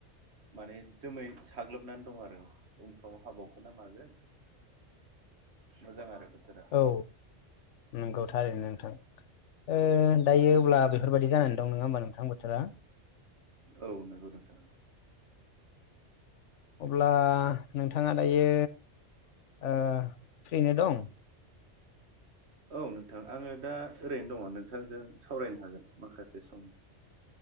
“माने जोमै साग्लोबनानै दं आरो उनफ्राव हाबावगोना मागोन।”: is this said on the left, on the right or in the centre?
Right